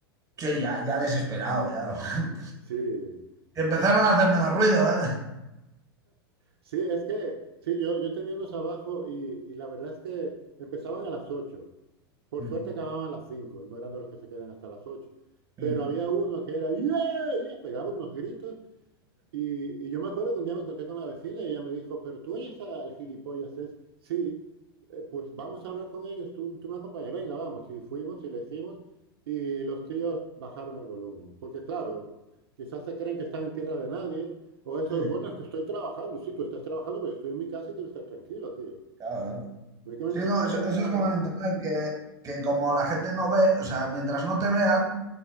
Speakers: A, on the right; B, on the right.
A: Sí, ya, ya desesperado, ya. <laughs>
B: Sí,
A: Empezaron
B: es
A: a hacer menos ruido, ¿eh?
B: Sí, es que, sí, yo, yo tenía unos abajo y, y la verdad es que empezaban a las 8. Por
A: Mm,
B: suerte acababan a las 5. no eran de los que se quedan hasta las 8.
A: Sí,
B: Pero había uno que era, ¡yeah! yeah", Pegaba unos gritos y, y yo me acuerdo que un día me encontré con una vecina y ella me dijo, pero tú oyes a- al gilipollas es, sí, eh, pues vamos a hablar con ellos, tú, tú me acompañas, venga, vamos. Y fuimos y le hicimos y los tíos bajaron el volumen. Porque claro, quizás se creen que están en tierra de nadie o eso,
A: sí,
B: bueno, es que estoy trabajando, sí, tú estás trabajando, pero yo estoy en mi casa y quiero estar tranquilo, tío.
A: claro, claro.
B: ¿A mí qué me
A: Sí,
B: importa
A: no,
B: que
A: eso,
B: estés
A: eso
B: trabajando?
A: es como en internet, que, que como la gente no ve, o sea, mientras no te vean,